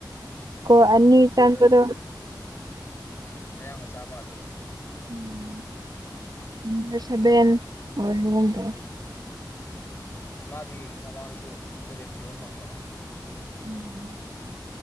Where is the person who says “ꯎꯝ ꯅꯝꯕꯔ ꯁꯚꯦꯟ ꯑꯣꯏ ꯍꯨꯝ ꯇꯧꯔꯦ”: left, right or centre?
Right